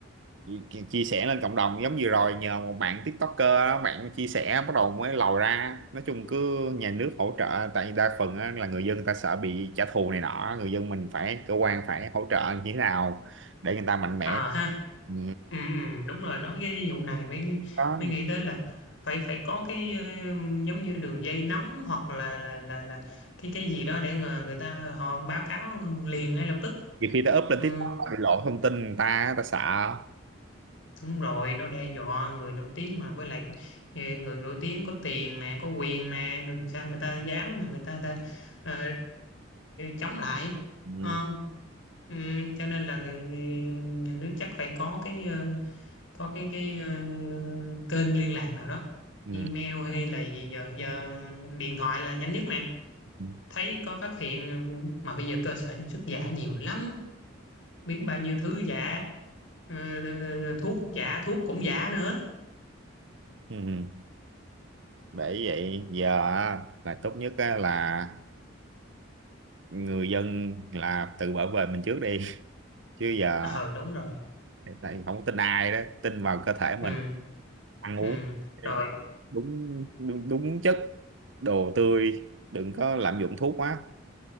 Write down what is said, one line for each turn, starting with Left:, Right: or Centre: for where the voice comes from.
Right: Chi- chi- chia sẻ lên cộng đồng giống như rồi nhờ một bạn TikToker đó, bạn chia sẻ bắt đầu mới lòi ra nói chung cứ nhà nước hỗ trợ tại vì đa phần á, là người dân người ta sợ bị trả thù này nọ người dân mình phải cơ quan phải hỗ trợ như thế nào để người ta mạnh mẽ
Left: à ha
Right: ừ.
Left: ừ, ừ, đúng rồi nói cái vụ này mới mới
Right: đó
Left: mới nghĩ tới là phải phải có cái ờ, giống như đường dây nóng hoặc là là là là cái cái gì đó để người, người ta họ báo cáo liền ngay lập tức
Right: nhiều khi ta up lên
Left: ừ,
Right: TikTok ta bị lộ thông tin người ta ta sợ
Left: Đúng rồi, nó đe dọa người nổi tiếng mà với lại ờ, người nổi tiếng có tiền nè, có quyền nè, đừng sao người ta dám mà người ta, ta ờ, chống lại.
Right: ừ,
Left: Đúng Không? Ừ, cho nên là người- nhà nước chắc phải có cái ờ, có cái cái ờ, kênh liên lạc nào đó,
Right: ừ,
Left: email hay là gì giờ giờ điện thoại là nhanh nhất nè.
Right: ừ.
Left: Thấy có phát hiện mà bây giờ cơ sở sản xuất giả nhiều lắm biết bao nhiêu thứ giả ờ, ờ, thuốc giả thuốc cũng giả nữa
Right: ừ. vậy giờ á, là tốt nhất á, là người dân là tự bảo vệ mình trước đi chứ giờ
Left: ờ đúng rồi
Right: tại không có tin ai đó tin vào cơ thể mình
Left: ừ
Right: ăn
Left: ừ
Right: uống
Left: rồi
Right: đúng đúng, đúng chất đồ tươi đừng có lạm dụng thuốc quá